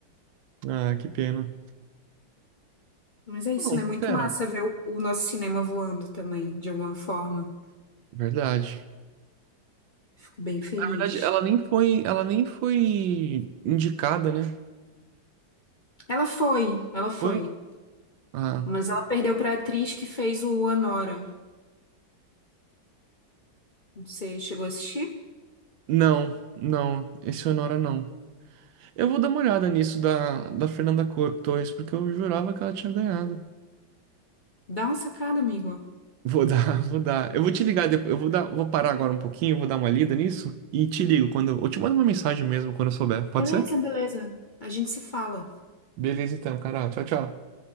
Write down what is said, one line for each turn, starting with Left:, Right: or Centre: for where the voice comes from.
Right: Ah, que pena.
Left: Mas é isso,
Right: Não,
Left: né? Muito
Right: pera.
Left: massa ver o, o nosso cinema voando também, de alguma forma.
Right: Verdade.
Left: Fico bem feliz.
Right: Na verdade, ela nem foi, ela nem foi indicada, né?
Left: Ela foi, ela foi.
Right: Foi? Ah,
Left: Mas ela perdeu pra atriz que fez o Anora. Você chegou a assistir?
Right: não, não. Esse Honora não. Eu vou dar uma olhada nisso da, da Fernanda Co- Torres, porque eu jurava que ela tinha ganhado.
Left: Dá uma sacada, amigo.
Right: Vou dar, <laughs> vou dar. Eu vou te ligar depois. Eu vou dar, vou parar agora um pouquinho, vou dar uma lida nisso e te ligo quando eu, eu te mando uma mensagem mesmo quando eu souber. Pode
Left: Beleza,
Right: ser?
Left: beleza. A gente se fala.
Right: Beleza então, Carol. Tchau, tchau.